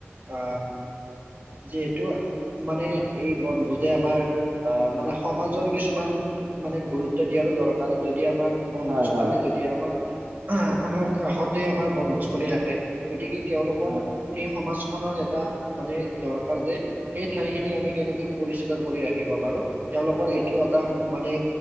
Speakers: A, on the right (about 45°); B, on the right (about 75°).
A: আ, যিহেটো মানে এই বন বোৰযে আমাৰ আহ মানে সমাজৰ কিছুমান মানে গুৰুত্ব দিয়াৰো দৰকাৰ যদি আমাৰ বনভোজস্থলী
B: হয় হয়
A: যদি আমাৰ আমাৰ কাষতে আমাৰ বনভোজস্থলী থাকে। গতিকে তেওঁলোকৰ
B: হয়।
A: সেই সমাজখনৰ এটা মানে দৰকাৰ যে সেই ঠাইখিনিক আমি কেনেকৈ পৰিষ্কাৰ কৰি ৰাখ ৰাখিব পাৰো তেওঁলোকৰ এইটোও এটা মানে